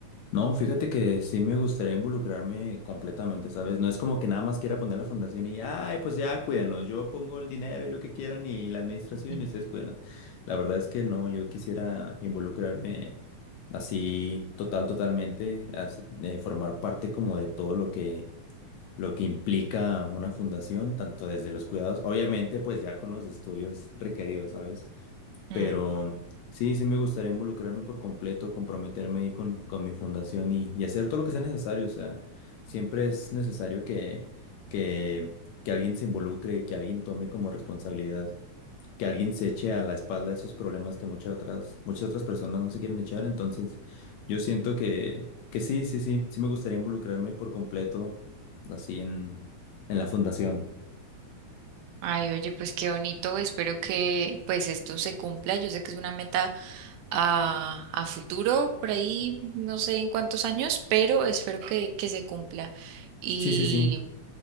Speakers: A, on the left (about 80°); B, on the right (about 85°).
A: No, fíjate que sí me gustaría involucrarme completamente, ¿sabes? No es como que nada más quiera poner la fundación y, ay, pues ya cuídenlos, yo pongo el dinero y lo que quieran y la administración
B: Ujú.
A: y ustedes cuídenlos. La verdad es que no, yo quisiera involucrarme así total, totalmente, así, eh, formar parte como de todo lo que lo que implica una fundación, tanto desde los cuidados, obviamente pues ya con los estudios requeridos, ¿sabes?
B: Mm.
A: Pero sí, sí me gustaría involucrarme por completo, comprometerme ahí con, con mi fundación y, y hacer todo lo que sea necesario, o sea, siempre es necesario que, que, que alguien se involucre y que alguien tome como responsabilidad que alguien se eche a la espalda esos problemas que muchas otras, muchas otras personas no se quieren echar. Entonces, yo siento que, que sí, sí, sí, sí me gustaría involucrarme por completo así en, en la fundación.
B: Ay, oye, pues qué bonito. Espero que pues esto se cumpla. Yo sé que es una meta a, a futuro, por ahí, no sé en cuántos años, pero espero que, que se cumpla. Y,
A: Sí, sí, sí.